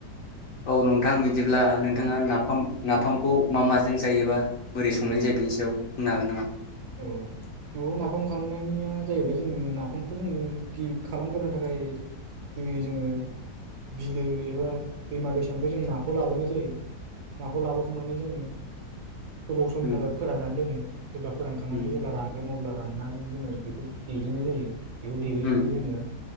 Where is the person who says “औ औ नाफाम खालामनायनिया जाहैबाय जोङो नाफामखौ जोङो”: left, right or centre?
Right